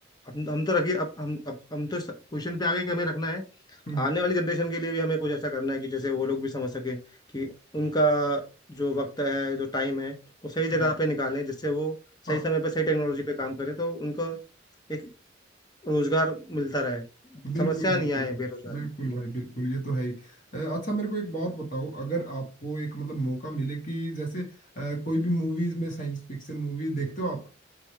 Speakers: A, on the left; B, on the left.
A: हम हम तो रखिए अब हम अब हम तो इस पोजिशन पे आ गए कि हमें रखना है
B: हम्म,
A: आने वाली जनरेशन के लिए भी हमें कुछ ऐसा करना है कि जैसे वो लोग भी समझ सके कि उनका जो वक्त है जो टाइम है वो सही जगह
B: हम्म,
A: पे निकालें जिससे वो
B: हाँ
A: सही समय पे सही टेक्नोलॉजी पे काम करें तो उनको एक रोजगार मिलता रहे
B: बिल्कुल
A: समस्या
B: बिल्कुल
A: नहीं आए बेरोजगारी
B: बिल्कुल भाई बिल्कुल ये तो है ही अ, अच्छा मेरे को एक बात बताओ अगर आपको एक मतलब मौका मिले कि जैसे अ, कोई भी मूवीज में साइंस फिक्शन मूवीज देखते हो आप